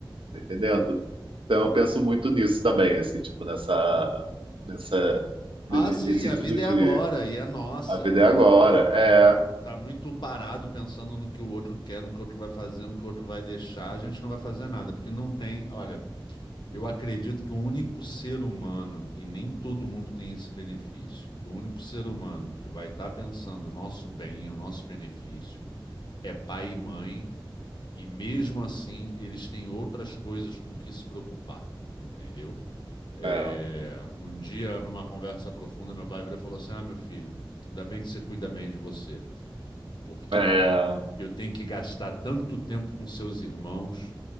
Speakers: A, on the right; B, on the left.
A: tá entendendo? Então, eu penso muito nisso também, assim, tipo, nessa, nessa,
B: Ah,
A: nesse
B: sim,
A: sentido
B: a vida
A: de
B: é agora e é nossa.
A: a vida é agora.
B: E,
A: É,
B: e tá muito parado pensando no que o outro quer, no que o outro vai fazer, no que o outro vai deixar. A gente não vai fazer nada, porque não tem. Olha, eu acredito que o único ser humano, e nem todo mundo tem esse benefício, que o único ser humano que vai estar pensando o nosso bem, o nosso benefício, é pai e mãe E mesmo assim, eles têm outras coisas com que se preocupar, entendeu? É,
A: é,
B: um dia, numa conversa profunda, meu pai virou e falou assim: Ah, meu filho, ainda bem que você cuida bem de você, porque
A: é.
B: eu tenho que gastar tanto tempo com seus irmãos,